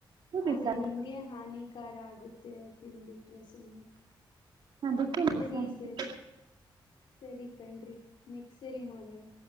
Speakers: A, on the right (about 65°); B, on the left (about 85°).
A: ಬಿಸಾಕಿ
B: ಅದೇ ನಿಮ್ಗೆ ಹಾನಿ ಕಾರಾ ಆಗುತ್ತೆ ತಿನ್ಬಿಟ್ರೆ ಸುಮ್ಮನೆ
A: ಅದಕ್ಕೆ ಬಿಸಾಕಿ
B: ಸರಿ ಸರಿ ಸರಿ ಕಣ್ರಿ ನೆಕ್ಸ್ಟ್ ಸರಿ ಮಾಡೋಣ